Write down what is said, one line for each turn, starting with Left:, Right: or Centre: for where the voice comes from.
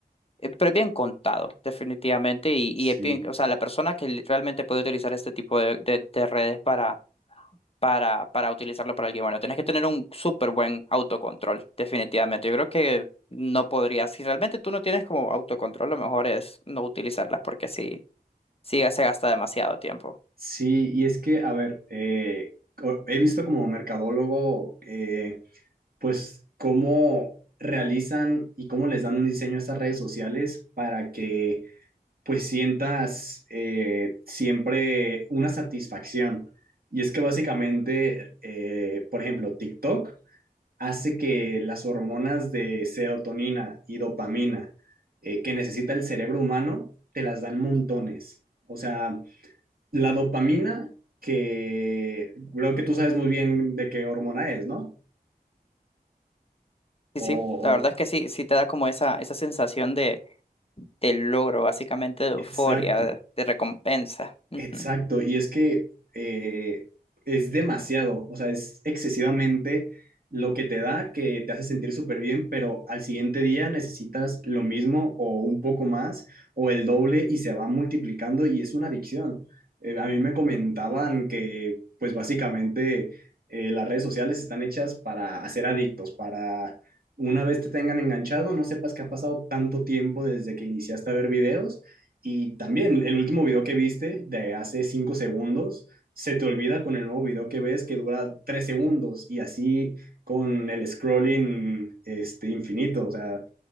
Left: eh, pero es bien contado, definitivamente. Y, y
Right: Sí.
Left: es bien, o sea, la persona que li- realmente puede utilizar este tipo de, de- de redes para, para, para utilizarlo para alguien bueno, tienes que tener un súper buen autocontrol, definitivamente. Yo creo que no podrías. si realmente tú no tienes como autocontrol, lo mejor es no utilizarlas porque sí, sí se gasta demasiado tiempo.
Right: Sí, y es que, a ver, eh, co- he visto como mercadólogo eh, pues cómo realizan y cómo les dan un diseño a estas redes sociales para que pues sientas eh, siempre una satisfacción. Y es que básicamente, eh, por ejemplo, TikTok hace que las hormonas de serotonina y dopamina eh, que necesita el cerebro humano te las dan montones. O sea, la dopamina que creo que tú sabes muy bien de qué hormona es, ¿no?
Left: Sí,
Right: O,
Left: sí, la verdad
Right: o-
Left: es que sí, sí te da como esa, esa sensación de, de logro, básicamente de euforia,
Right: exacto.
Left: de, recompensa. Ujú.
Right: Exacto, y es que eh, es demasiado, o sea, es excesivamente lo que te da, que te hace sentir súper bien, pero al siguiente día necesitas lo mismo o un poco más o el doble y se va multiplicando y es una adicción. Eh, a mí me comentaban que pues básicamente eh, las redes sociales están hechas para hacer adictos, para una vez te tengan enganchado, no sepas que ha pasado tanto tiempo desde que iniciaste a ver videos y también el último video que viste de hace 5 segundos, se te olvida con el nuevo video que ves que dura tres segundos y así con el scrolling este, infinito. O sea,